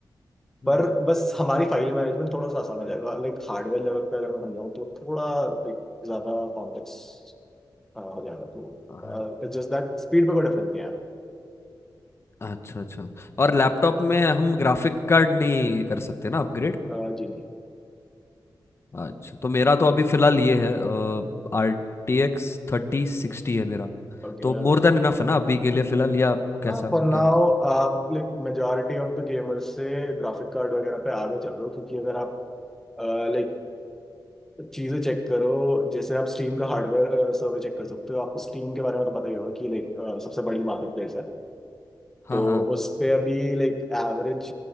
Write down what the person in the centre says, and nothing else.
पर
बस हमारी फाइल मैनेजमेंट थोड़ा सा आसान हो जाएगा लाइक हार्डवेयर लेवल पे अगर मैं समझाऊँ तो थोड़ा लाइक ज्यादा कॉम्प्लेक्स हो जाएगा तो
जस्ट दैट स्पीड पे कोई डिफरेंस नहीं आएगा
अह, जी नहीं
ओके
हाँ फॉर नाउ
आप like majority of the gamers से ग्राफिक कार्ड वगैरह पे आगे चल रहे हो क्योंकि अगर आप लाइक चीजें चेक करो जैसे आप स्टीम का हार्डवेयर सर्वर चेक कर सकते हो आपको स्टीम के बारे में तो पता ही होगा कि लाइक सबसे बड़ी मार्केट प्लेस है
तो
उस पे अभी लाइक एवरेज